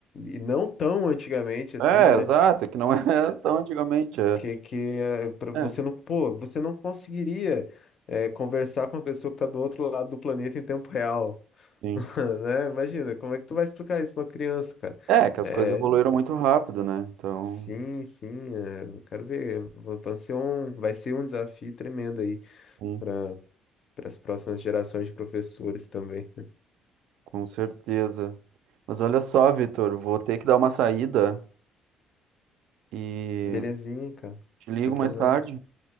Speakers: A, on the left (about 35°); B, on the right (about 70°).
A: e não tão antigamente assim,
B: É,
A: né?
B: exato, que não é <laughs> tão antigamente. É,
A: que, que é, pra você
B: é,
A: não, pô, você não conseguiria é, conversar com a pessoa que está do outro lado do planeta em tempo real,
B: sim.
A: <laughs> né? Imagina, como é que tu vai explicar isso pra uma criança, cara?
B: É, que as
A: É,
B: coisas evoluíram muito rápido, né? Então,
A: sim, sim, é, eu quero ver, é, va- vai ser um, vai ser um desafio tremendo aí
B: sim,
A: para para as próximas gerações de professores também.
B: com certeza. Mas olha só, Vitor, vou ter que dar uma saída e
A: Belezinha, cara,
B: te ligo
A: sem problema.
B: mais tarde,